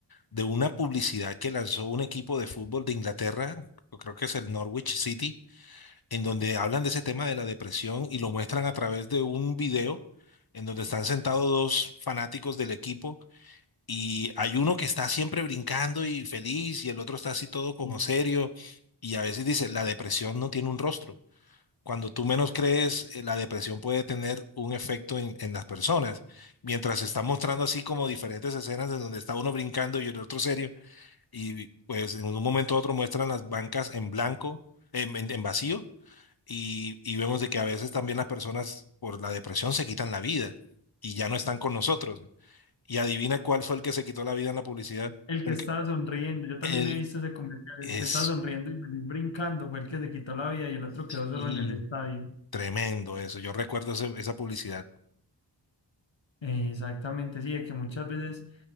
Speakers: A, on the left; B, on the left.
A: de una publicidad que lanzó un equipo de fútbol de Inglaterra, yo creo que es el Norwich City, en donde hablan de ese tema de la depresión y lo muestran a través de un video en donde están sentados dos fanáticos del equipo y hay uno que está siempre brincando y feliz y el otro está así todo como
B: Sí.
A: serio y a veces dice, la depresión no tiene un rostro. Cuando tú menos crees, eh, la depresión puede tener un efecto en, en las personas. Mientras se está mostrando así como diferentes escenas en donde está uno brincando y el otro serio, y pues en un momento u otro muestran las bancas en blanco, en, en- en vacío, y, y vemos de que a veces también las personas por la depresión se quitan la vida y ya no están con nosotros. Y adivina cuál fue el que se quitó la vida en la publicidad.
B: El que
A: El
B: está
A: que,
B: sonriendo, yo también
A: el-
B: he visto ese comentario,
A: es
B: el que está sonriendo y feliz brincando fue el que se quitó la vida y el otro quedó solo
A: y
B: en el estadio.
A: tremendo eso. Yo recuerdo ese- esa publicidad.
B: Eh, Exactamente, sí, de que muchas veces